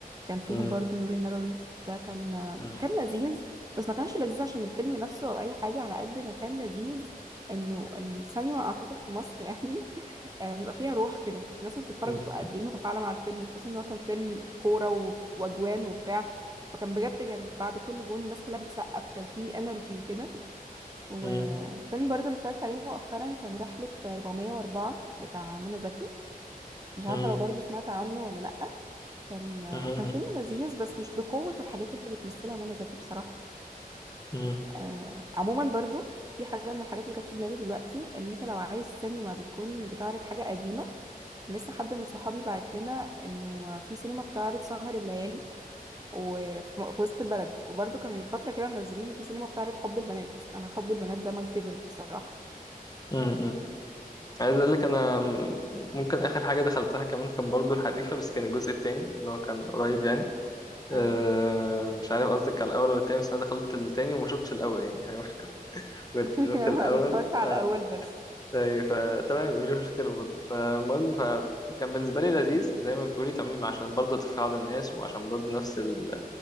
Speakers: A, on the right; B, on the left.
A: كان فيهم
B: مم.
A: برضو نور النبوي ده كان آه،
B: مم.
A: كان لذيذ بس ما كانش لذيذ عشان الفيلم نفسه أو أي حاجة على قد ما كان لذيذ إنه السينما أعتقد في مصر <laughs> يعني آه، بيبقى فيها روح كده الناس اللي بتتفرج
B: مم.
A: بتبقى قد ايه متفاعله مع الفيلم خصوصا ان هو كان فيلم كوره و- واجوان وبتاع فكان بجد كان بعد كل جون الناس كلها بتسقف كان فيه انرجي وكده والفيلم
B: مم.
A: برضو اللي اتفرجت عليه مؤخرا كان رحله 404 بتاع منى زكي مش عارفه
B: مم.
A: لو برضو سمعت عنه ولا لا كان آه،
B: مم.
A: كان فيلم لذيذ بس مش بقوه الحاجات اللي بتمثلها منى زكي بصراحه
B: مم.
A: آه، عموما برضو في حاجه من الحاجات اللي كانت في دماغي دلوقتي ان انت لو عايز سينما بتكون بتعرض حاجه قديمه لسه حد من صحابي بعت لنا انه في سينما بتعرض سهر الليالي وفي م- في وسط البلد وبرده كان من فترة كده منزلين في سينما بتعرض حب البنات انا حب البنات ده ماي فيفورت بصراحة
B: مم. مم. عايز اقول لك انا ممكن اخر حاجة دخلتها كمان كان برضو الحريفة بس كان الجزء التاني اللي هو كان قريب يعني أه
A: آه.
B: مش عارف قصدك على الاول ولا التاني بس انا دخلت التاني وما شفتش الاول يعني <laughs> كنت
A: <laughs>
B: شفت
A: انا
B: الأول
A: اتفرجت على
B: آه
A: الاول بس
B: أي فتمام مش مشكلة برضه فالمهم فكان بالنسبة لي لذيذ زي ما بتقولي تمام عشان برضه تفاعل الناس وعشان برضه نفس ال